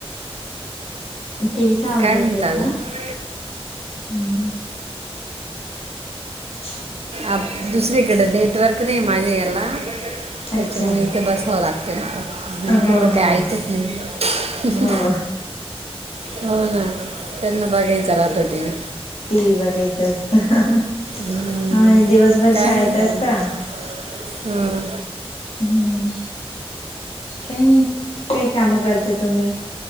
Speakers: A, on the left; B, on the right.
A: टीव्ही चा आवाज
B: काय
A: येतोय
B: म्हणता अजून
A: का? ह, अ्ा <inaudible>
B: अब, दुसरीकडे नेटवर्क नाही माझे याला. त्याच्या
A: अच्छा
B: मुळे इथं बसवं लागते मला.
A: हो
B: पोरं
A: हो
B: काय ऐकतं नाही हुं
A: हो
B: हुं. हो ना त्यांना बघायचा राहतो टी व्ही.
A: टी व्ही बघायचं असतं.
B: हम्म,
A: ह, दिवसभर
B: काय
A: शाळेत
B: म्हणतात
A: असता.
B: हां
A: हम्म, काय नाही काय काम करता तुम्ही